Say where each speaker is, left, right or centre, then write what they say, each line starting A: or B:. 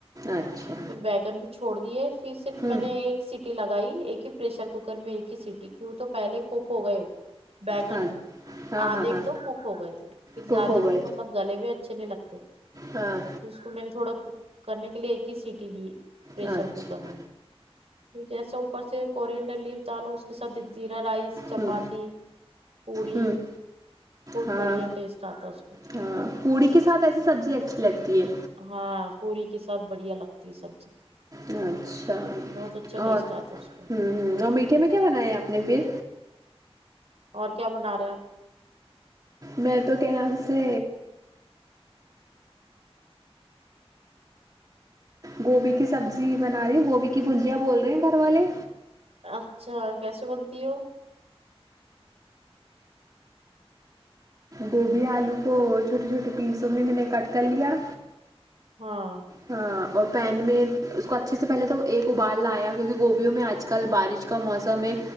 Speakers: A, on the right; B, on the right.
A: اچھا
B: پھر بیگن بھی چھوڑ دیے پھر صرف
A: ہوں
B: میں نے ایک سیٹ سٹی لگائی ایک ہی پریشر کوکر میں ایک ہی سیٹی کیوں تو پہلے کک ہو گئے ہو بیگن
A: ہاں ہاں
B: آدھے
A: ہاں ہاں
B: تو کک ہو گئے تھے پھر
A: ٹوک
B: زیادہ
A: ہو گئے
B: بھی مطلب مطلب گلے ہوئے اچھے نہیں لگتے
A: ہاں
B: اس کو میں نے تھوڑا کوک کرنے کے لیے ایک ہی سیٹی لی پریشر
A: اچھا
B: کوکر میں جیسے اوپر سے کورینڈر لیف ڈالو اس کے ساتھ زیرا رائس چپاتی
A: ہوں
B: پوری
A: ہوں
B: بہت
A: ہاں
B: بڑھیا ٹیسٹ آتا ہے اس میں
A: ہاں پوری کے ساتھ ایسی سبزی اچھی لگتی ہے
B: ہاں پوری کے ساتھ بڑھیا لگتی ہے سبزی
A: اچھا
B: بہت اچھا ٹیسٹ
A: اور
B: آتا ہے اس میں
A: ہوں ہوں اور میٹھے میں کیا بنایا آپ نے پھر
B: اور کیا بنا رہے ہیں آپ
A: میں تو کیا نام سے گوبھی کی سبزی بنا رہی ہے گوبھی کی بھجیہ بول رہے ہیں گھر والے
B: اچھا کیسے بنتی ہو وہ
A: گوبھی آلو کو چھوٹے چھوٹے پیسوں میں میں نے کٹ کر لیا
B: ہاں
A: ہاں اور پین میں اس کو اچھے سے پہلے تو ایک ابال لایا کیونکہ گوبھیوں میں آج کل بارش کا موسم میں